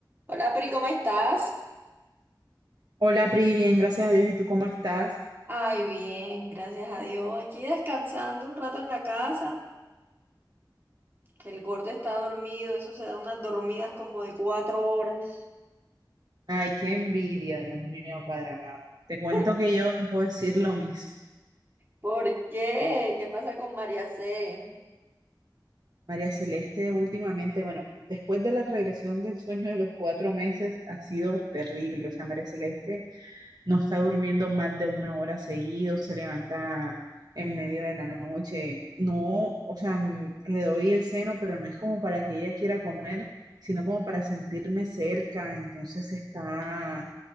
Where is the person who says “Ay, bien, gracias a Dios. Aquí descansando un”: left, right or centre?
Right